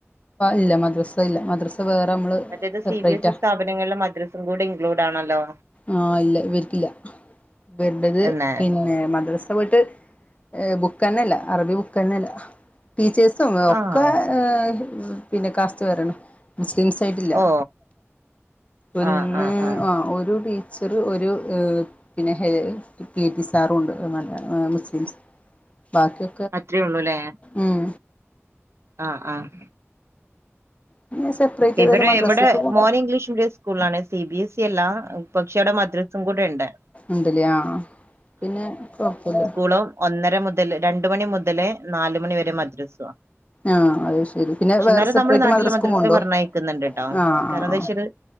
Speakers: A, on the left (about 30°); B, on the right (about 65°).
A: ഇല്ല മദ്രസ ഇല്ല മദ്രസ വേറെ നമ്മള്.
B: മറ്റേത്
A: സെപ്പറേറ്റാ
B: സി ബി എസ് ഇ സ്ഥാപനങ്ങളലെ മദ്രസും കൂടെ ഇൻക്ലൂടാണല്ലോ
A: ആഹ് ഇല്ല ഇവരക്കില്ല ഇവരെടാത്
B: എന്നേ
A: പിന്നെ ഏഹ് മദ്രസ പോയിട്ട് ബുക്ക്ന്നെല്ല അറബി ബുക്ക്ന്നെയല്ല ടീച്ചേഴ്സും ഒക്കെ
B: ആഹ്
A: ഏഹ് പിന്നെ കാസ്റ്റ് വേറേണ് മുസ്ലിംസ് ടില്ല
B: ഓ
A: ഒന്ന്
B: ആഹ് ആഹ് ആഹ്
A: ഒരു ടീ ചെറ ഒരു എഹ് പിന്നെ ഏഹ് പിടി സാറുണ്ട് ഏഹ് നല്ല മുസ്ലിംസ് ബാക്ക്യോ
B: അത്രേള്ളൂല്ലേ
A: ഉം
B: ആഹ് ആഹ്
A: പിന്നെ സെപ്പറേറ്റ്
B: ഇവരെ
A: ഏതായാലും മദ്രസക്ക്
B: ഇവിടെ
A: പോണ്ട്
B: മോന് ഇംഗ്ലീഷ് മീഡി സ്കൂള ആണ് സി ബി എസ് ഇ അല്ല പക്ഷെ അവിടെ മദ്രസും കൂടെണ്ട്
A: ഇടെല്ലേ ആഹ് പിന്നെ കൊഴപ്പില്ല
B: ഇപ്പളും ഒന്നര മുതൽ രണ്ട മണി മുതൽ നാലുമണി വരെ മദ്രസേ
A: ആഹ് അത് ശരി പിന്നെ
B: എന്നാലും
A: വേറെ സെപ്പറേറ്റ്
B: നമ്മളെ നാട്ടില്
A: മദ്രസക്കും
B: മദ്രസ്
A: പോണ്ടോ
B: പറന്നെയക്കുന്നുണ്ട്ട്ടോ
A: ആഹ്
B: കാരന്താച്ചാല്
A: ആഹ് ആഹ്